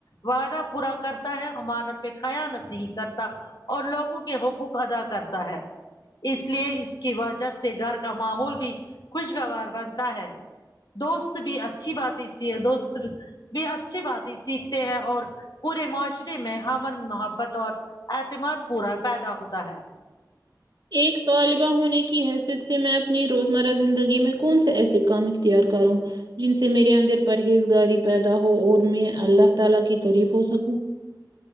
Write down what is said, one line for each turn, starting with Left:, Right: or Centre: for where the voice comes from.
Left: وعدہ پورا کرتا ہے امانت میں خیانت نہیں کرتا اور لوگوں کے حقوق ادا کرتا ہے اس لیے اس کی وجہ سے گھر کا ماحول بھی خوشگوار بنتا ہے دوست بھی اچھی بات اسی ہے دوست بھی اچھی باتیں ہے سیکھتے ہیں اور پورے معاشرے میں ہمن محبت اور اعتماد پورا پیدا ہوتا ہے
Right: ایک طالبہ ہونے کی حیثیت سے میں اپنی روزمرہ زندگی میں کون سے ایسے کام کیا کروں جن سے میرے اندر پرہیزگاری پیدا ہو اور میں اللہ تعالی کے قریب ہو سکوں